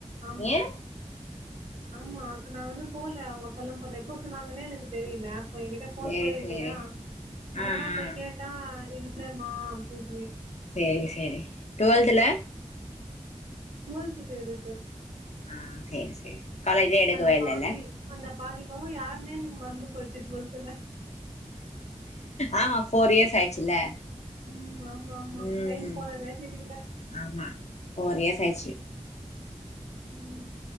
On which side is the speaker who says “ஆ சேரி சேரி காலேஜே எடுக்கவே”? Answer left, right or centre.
Left